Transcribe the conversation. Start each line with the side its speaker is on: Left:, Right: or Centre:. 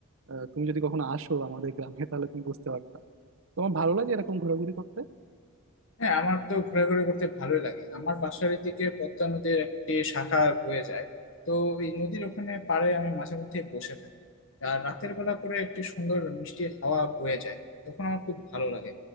Right: আহ, তুমি যদি কখনো আসো আমাদের গ্রামে <laughs> তাহলে তুমি বুঝতে পারতা তোমার ভালো লাগে এরকম ঘোরাঘুরি করতে
Left: হ্যাঁ আমার তো ঘোরাঘুরি করতে ভালোই লাগে আমার বাসার এদিকে পদ্মা নদীর একটি শাখা বয়ে যায় তো এই নদীর ওখানে পাড়ে আমি মাঝে মধ্যে বসে থাকি আর রাতের বেলা করে একটি সুন্দর মিষ্টি হাওয়া বয়ে যায় তখন আমার খুব ভালো লাগে